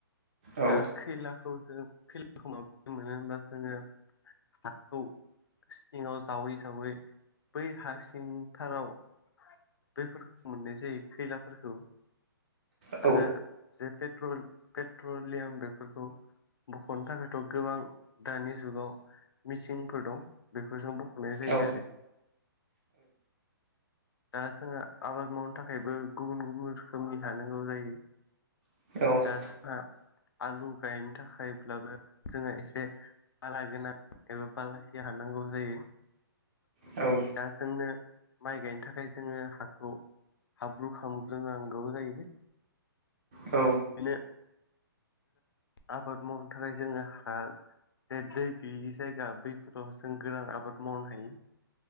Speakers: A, on the right (about 30°); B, on the left (about 80°).
A: औ
B: दा खैलाखौ जों खैलाखौ माबदि मोनो होनोमबा जोङो हाखौ सिङाव जावै जावै बै हा सि सिंथाराव दैफोरखौ मोननाय जायो खैलाफोरखौ
A: औ
B: आरो जे पेट्रल पेट्रलियाम बेफोरखौ बख'नो थाखायथ' गोबां दानि जुगाव मिसिनफोर दं बेफोरजों बख'नाय जायो
A: औ
B: आरो दा जोंहा आबाद मावनो थाखायबो गुबुन गुबुन रोखोमनि हानांगौ जायो
A: औ
B: दा जोंहा आलु गायनो थाखायब्लाबो जोङो एसे बाला गोनां एबा बालासिया हा नांगौ जायो
A: औ
B: दा जोंनो माइ गायनो थाखाय जोङो हाखौ हाब्रु खामग्रोनांगौ जयो
A: औ
B: बिनो आबाद मावनो थाखाय जोङो हा जे दै गैयि जायगा बैफोराव जों गोरान आबाद मावनो हायो